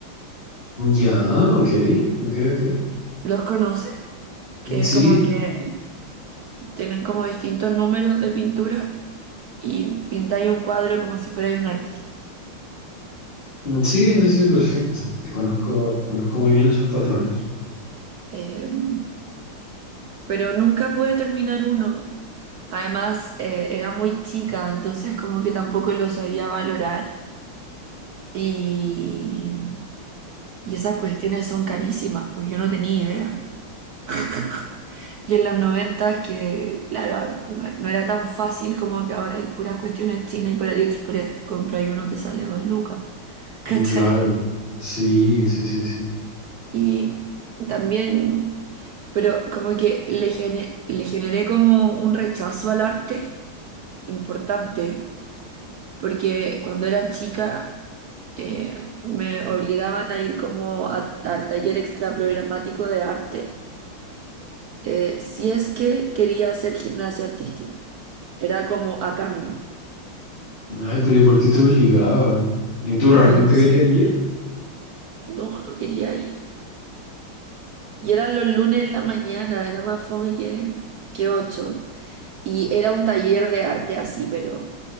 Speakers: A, on the left; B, on the right.
A: Ya, ok, ok, ok.
B: ¿Los conoces? Que
A: Sí,
B: como que tienen como distintos números de pintura y pintáis un cuadro como si fuerais un artista.
A: Mm, Sí, sí, sí, perfecto. Conozco, conozco muy bien esos patrones.
B: Em, pero nunca pude terminar uno. Además, eh, era muy chica, entonces como que tampoco lo sabía valorar. Y, y esas cuestiones son carísimas, pues yo no tenía idea. <laughs> Y en los 90 que, claro, no, no era tan fácil como que ahora hay puras cuestiones chinas y por AliExpress te compras y uno te sale dos lucas, <laughs> ¿cachai?
A: Mm, Claro. Sí, sí, sí, sí.
B: Y también, pero como que le, gene- le generé como un rechazo al arte importante porque cuando era chica eh, me obligaban a ir como a- al taller extraprogramático de arte eh, si es que quería hacer gimnasia artística. Era como a cambio.
A: Ujú. Ay, pero ¿y por qué te obligaban? ¿Y tú
B: Ay,
A: realmente
B: no
A: querías
B: sé.
A: ir?
B: No, no quería ir. Y eran los lunes en la mañana, era más fome que, que ocho. Y era un taller de arte así, pero